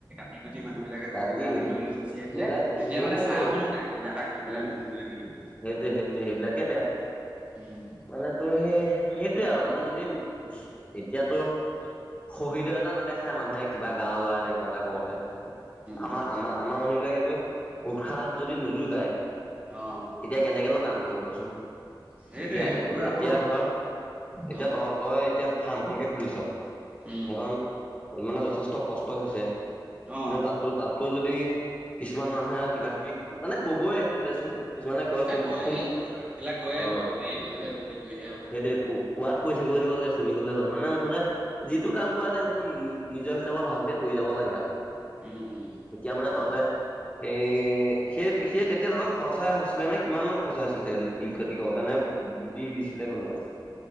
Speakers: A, on the right (about 15°); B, on the left (about 15°).
A: কুি কুটিানু বিলাকে
B: কাটি
A: খৰি কাৰণে
B: গলি
A: লৈ লৈ গুচি আহিলে
B: সেইবিলাক
A: তেতিয়া
B: সেইবিলাকে
A: মানে চাহ এককো নাই কিবা এটা কৰি পেলাই
B: উম,
A: বহিবলৈ মেলিবলৈ।
B: সেইটো, সেইটো সেইবিলাক এ বেয়া
A: উম
B: মানে তোৰ সেই সেইটোয়ে আৰু মানে যদি এতিয়াতো শহীদ এটা নেদেখায় মানে কিবা এটি গাঁৱৰ ল'ৰা এটা কিবা এটা কৰোতে আমাৰ,
A: উম
B: আমাৰ, আমাৰ মানুহ বিলাকেতো উৎসাহ যদি নোযোগায়
A: অ'।
B: তেতিয়া কেনেকৈনো কাম কৰিবি কচোন এতিয়া,
A: সেইটোৱে
B: এতিয়া
A: তোৰ আকৌ
B: ধৰ এতিয়া
A: অ
B: তহঁত তই এতিয়া ফাৰ্মখনকৈ খুলিছ সেইখন
A: উম
B: মানে যথেষ্ট কষ্ট হৈছে
A: অ
B: কি তাতো, তাতো যদি কিছুমান মানুহে আৰু কিবা- কিবি মানে কবই সেইটো দেচোন কিছুমানে কয়
A: এ
B: শুন,
A: কয়ে
B: শুন
A: এইটো এইবিলাক কয়ে
B: অ',
A: বাৰু এইটোৱে এইটোহে
B: সেইটোৱে
A: হ'ব এইটোহে হ'ব
B: কোৱাক কৈ থাকিব দিব লাগে শুনি গ'লে হ'ল মানে মুঠতে যিটো কাম কৰা যায় সেইটো নিজৰ হিচাপত ভালকে কৰি যাব লাগে আৰু।
A: উম, উম।
B: এতিয়া মানে তহঁতে সেই, সেই, সেই তেতিয়াহঁতৰ খৰচা হৈছিলে নে কিমান মান খৰচা হৈছিলে চাগে যদি তিল খতি কৰোওঁতে নে গুটি দিছিলে কোনোবাই